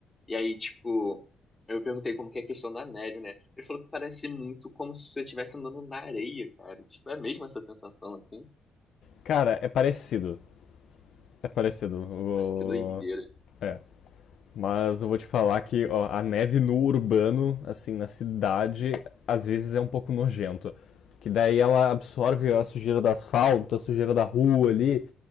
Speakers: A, on the left; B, on the left.
A: E aí, tipo, eu perguntei como que é a questão da neve, né? Ele falou que parece muito como se você estivesse andando na areia, cara. Tipo, é mesmo essa sensação assim?
B: Cara, é parecido. É parecido. O...
A: Que doideira.
B: É. Mas eu vou te falar que ó, a neve no urbano, assim, na cidade, às vezes é um pouco nojento. Que daí ela absorve a sujeira do asfalto, a sujeira da rua ali,